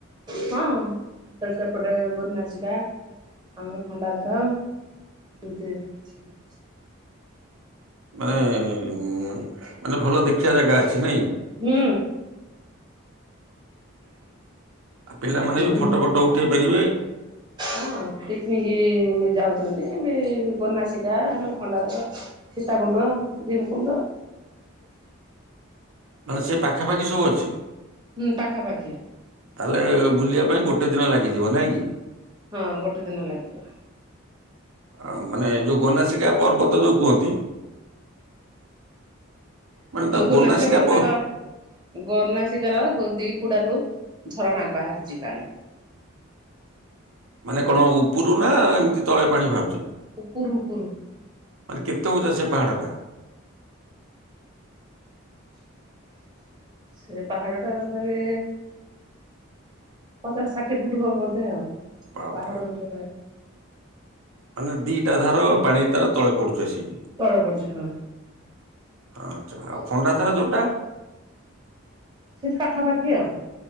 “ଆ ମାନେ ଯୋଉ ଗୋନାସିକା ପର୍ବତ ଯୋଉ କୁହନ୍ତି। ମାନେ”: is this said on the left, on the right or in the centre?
Right